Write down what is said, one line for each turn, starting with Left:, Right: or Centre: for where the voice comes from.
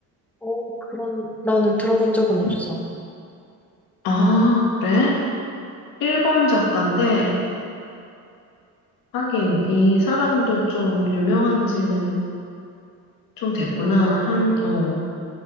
Centre: 어, 그런, 나는 들어본 적은 없어.
Left: 음. 아, 그래? 일본 작가인데 하긴 이 사람도 좀 유명한 지는 좀 됐구나. 한, 어,